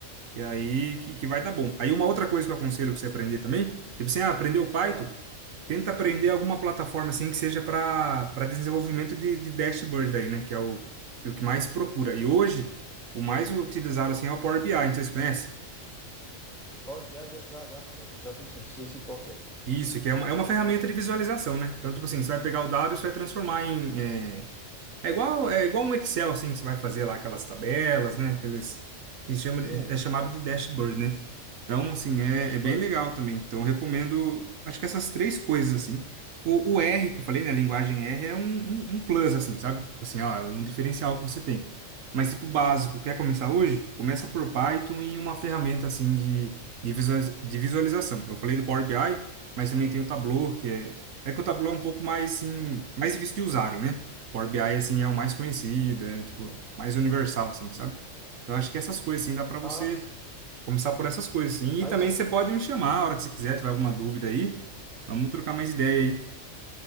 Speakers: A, on the right; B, in the centre.
A: Que aí que, que vai dar bom. Aí uma outra coisa que eu aconselho pra você aprender também, tipo assim, ah, aprendeu Python,
B: ah,
A: tenta aprender alguma plataforma assim que seja para para desenvolvimento de, de dashboard aí, né? Que é o que, o que mais procura. E hoje, o mais utilizado assim é o Power BI, não sei se você conhece.
B: Power BI já, já, já, já vi, já vi sim, sei sim qual que é.
A: Isso, que é uma, é uma ferramenta de visualização, né? Então, tipo assim, você vai pegar o dado e você vai transformar em. É, é igual, é igual um Excel, assim, que você vai fazer lá aquelas tabelas, né? Aqueles que chama,
B: Sim,
A: de- é chamado de dashboard, né? Então, assim, é,
B: dashboard.
A: é bem legal também. Então, eu recomendo, acho que essas três coisas, assim. O, o R, que eu falei, né? A Linguagem R é um, um, um plus, assim, sabe? Tipo Assim, ó, é um diferencial que você tem. Mas, tipo, básico, quer começar hoje? Começa por Python e uma ferramenta, assim, de, de, visualiz- de visualização. Eu falei do Power BI, mas também tem o Tableau, que é... É que o Tableau é um pouco mais, assim, mais difícil de usarem, né? Power BI, assim, é o mais conhecido, é, tipo, mais universal, assim, sabe? Então, acho que essas coisas, assim, dá para você
B: Ah, sim.
A: Começar por essas coisas, sim. E
B: Ah,
A: também
B: isso.
A: você pode me chamar a hora que você quiser, tiver alguma dúvida aí. Vamos trocar mais ideia aí.